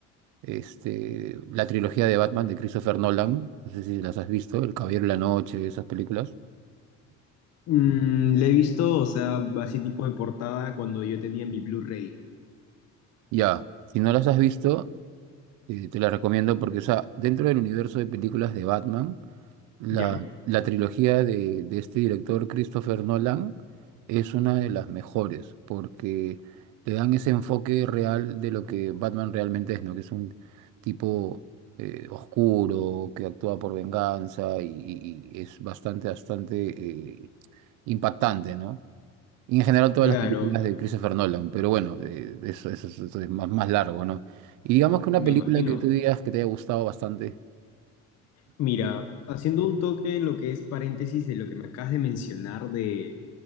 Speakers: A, on the right; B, on the left.
A: Este, la trilogía de Batman de Christopher Nolan, no sé si las has visto, El Caballero de la Noche, esas películas.
B: Mm, le he visto, o sea, así tipo de portada cuando yo tenía mi Blu-ray.
A: Ya, si no las has visto, eh, te las recomiendo porque, o sea, dentro del universo de películas de Batman, la,
B: Yo.
A: la trilogía de, de este director Christopher Nolan es una de las mejores porque te dan ese enfoque real de lo que Batman realmente es, ¿no? Que es un tipo eh, oscuro, que actúa por venganza y, y- y es bastante, bastante... eh, impactante, ¿no? Y en general todas
B: Claro,
A: las películas de Christopher Nolan, pero bueno, eh, eso, eso, eso eso es más, más largo, ¿no? Y digamos que una
B: me
A: película
B: imagino.
A: que tú digas que te haya gustado bastante.
B: Mira, haciendo un toque lo que es paréntesis de lo que me acabas de mencionar de,